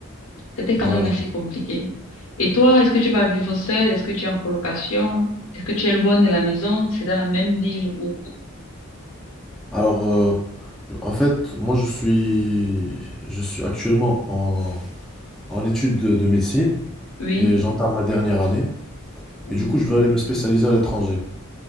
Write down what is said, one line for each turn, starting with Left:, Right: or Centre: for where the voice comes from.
Left: c'était quand
Centre: Ouais,
Left: même assez
Centre: je-
Left: compliqué. Et toi, est-ce que tu vas vivre seule? Est-ce que tu es en colocation? Est-ce que tu es loin de la maison? C'est dans la même ville ou
Centre: Alors, euh, je- en fait, moi je suis, je suis actuellement en, en études de, de médecine
Left: oui?
Centre: et j'entame ma dernière année.
Left: Oh.
Centre: Et du coup, je veux aller me spécialiser à l'étranger.